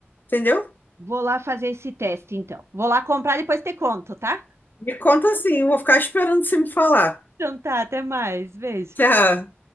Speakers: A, on the left; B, on the right.
A: entendeu?
B: vou lá fazer esse teste, então. Vou lá comprar, depois te conto, tá?
A: Me conta assim, eu vou ficar esperando você me falar.
B: Então tá, até mais. Beijo.
A: <laughs> Tchau.